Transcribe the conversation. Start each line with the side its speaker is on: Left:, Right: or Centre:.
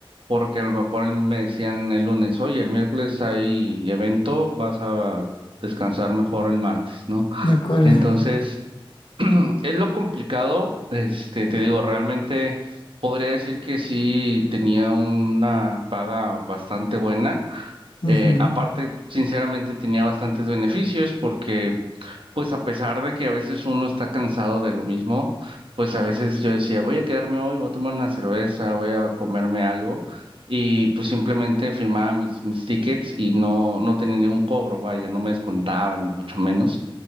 Right: porque a lo mejor me decían el lunes, oye, el miércoles hay evento, vas a descansar mejor el martes, ¿no?
Left: De acuerdo.
Right: Entonces... Es lo complicado, este, te digo, realmente podría decir que sí tenía una paga bastante buena. Eh,
Left: Ujú,
Right: aparte, sinceramente, tenía bastantes beneficios porque pues a pesar de que a veces uno está cansado de lo mismo, pues a veces yo decía, voy a quedarme hoy, voy a tomar una cerveza, voy a comerme algo, y pues simplemente firmaba mis, mis tickets y no, no tenía ningún cobro, vaya, no me descontaban, ni mucho menos.